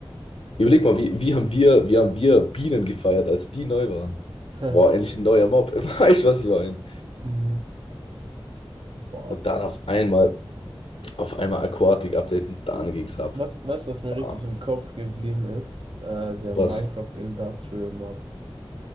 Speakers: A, on the left; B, on the right.
A: Überleg mal, wie, wie haben wir, wie haben wir Bienen gefeiert, als die neu waren?
B: <laughs>
A: Boah, endlich ein neuer Mob. <laughs> Weißt du, was ich meine?
B: Mhm. Boah.
A: Und dann auf einmal, auf einmal Aquatic Update und dann ging's ab.
B: Was, weißt du, was mir richtig
A: Bam.
B: im Kopf geblieben ist? Äh, der
A: Was?
B: Minecraft Industrial Mod.